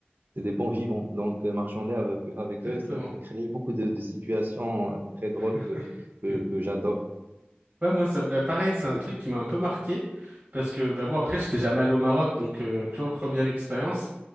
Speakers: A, on the right (about 55°); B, on the right (about 30°).
A: c'est des bons vivants. Donc, euh, marchander avec, avec
B: exactement.
A: eux, ça peut créer beaucoup de, de situations euh, très drôles
B: <laughs>
A: que, que, que j'adore.
B: Ouais, moi, ça, bah, pareil, c'est un truc qui m'a un peu marqué parce que bah, moi, après, j'étais jamais allé au Maroc, donc euh, tu vois, première expérience,